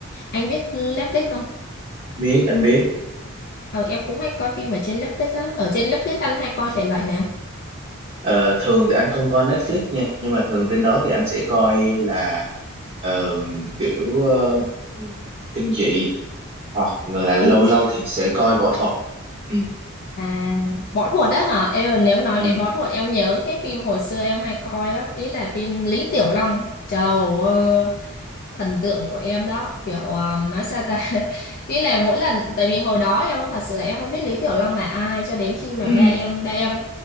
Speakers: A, on the left; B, on the right.
A: anh biết Netflix không?
B: biết anh biết
A: Ờ em cũng hay coi phim ở trên Netflix á. Ở trên Netflix anh hay coi thể loại nào?
B: Ờ, thường thì anh không coi Netflix nha nhưng mà thường trên đó thì anh sẽ coi là ờ, kiểu ờ, kinh dị hoặc là lâu
A: Phim
B: lâu thì sẽ coi võ thuật ừ
A: <laughs> à võ thuật đó hả? Em nếu nói
B: ừ
A: đến võ thuật em nhớ cái phim hồi xưa em hay coi lắm, ý là phim Lý Tiểu Long. Trời ơi thần tượng của em đó kiểu ờ, nói sao ta <laughs> ý là mỗi lần tại vì hồi đó em thật sự là em không biết Lý Tiểu Long là ai cho đến khi mà
B: ừ
A: ba em ba em